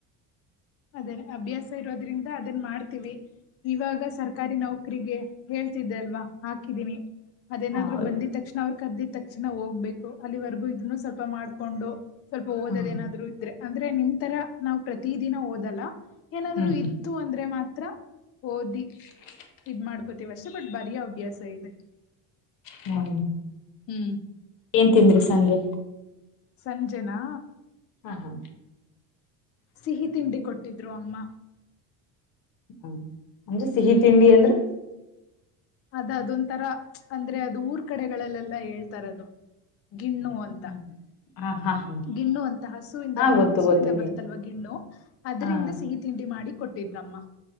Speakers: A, on the left (about 35°); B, on the left (about 55°).
A: ಅದೇನ್ ಅಭ್ಯಾಸ ಇರೋದ್ರಿಂದ ಅದನ್ ಮಾಡ್ತೀವಿ. ಇವಾಗ ಸರ್ಕಾರಿ ನೌಕರಿಗೆ ಹೇಳ್ತಿದ್ದೆ ಅಲ್ವಾ ಹಾಕಿದೀನಿ ಅದೇನಾದ್ರು
B: ಹೌದು
A: ಬಂದಿ ತಕ್ಷಣ ಅವ್ ಕರೆದಿದ್ದ ತಕ್ಷಣ ಹೋಗಬೇಕು ಅಲ್ಲಿವರೆಗೂ ಇದನ್ನು ಸ್ವಲ್ಪ ಮಾಡ್ಕೊಂಡು ಸ್ವಲ್ಪ ಓದ
B: ಹ್ಮ್
A: ಏನಾದ್ರೂ ಇದ್ರೆ ಅಂದ್ರೆ ನಿಮ್ ತರ ನಾವ್ ಪ್ರತಿ ದಿನ ಓದಲ್ಲ ಏನಾದ್ರರು
B: ಹ್ಮ್
A: ಇ ತ್ತು ಅಂದ್ರೆ ಮಾತ್ರ ಓದಿ.
B: <inaudible>
A: ಇದ್ ಮಾಡ್ಕೋತಿವಷ್ಟೇ ಬಟ್ ಬರಿಯೊ ಅಭ್ಯಾಸ ಇದೆ.
B: ಹ್ಮ
A: ಹ್ಮ್
B: ಏನ್ ತಿಂದ್ರಿ ಸಂಜೆ.
A: ಸಂಜೆನಾ
B: ಹ ಹೂ
A: ಸಿಹಿ ತಿಂಡಿ ಕೊಟ್ಟಿದ್ರು ಅಮ್ಮ.
B: ಹ್ಮ ಅಂದ್ರೆ ಸಿಹಿ
A: ಹ್ಮ್
B: ತಿಂಡಿ ಅಂದ್ರೆ.
A: ಅದ ಅದೊಂತರ ಅಂದ್ರೆ ಅದು ಊರ್ ಕಡೆಗಳಲ್ಲೆಲ್ಲ ಹೇಳ್ತಾರೆ ಅದು ಗಿಣ್ಣು. ಅಂತ
B: ಹ್ಮ ಹ ಹಾ
A: ಗಿಣ್ಣು ಅಂತ ಹಸುವಿಂದ
B: ಹಾ ಗೊತ್ತು
A: ಹಸುವಿಂದ
B: ಗೊತ್ತು ಗಿಣ್ಣು
A: ಬರುತ್ತಲ್ವ ಗಿಣ್ಣು ಅದರಿಂದ
B: ಹಾ
A: ಸಿಹಿ. ತಿಂಡಿ ಮಾಡಿ ಕೊಟ್ಟಿದ್ರಮ್ಮ.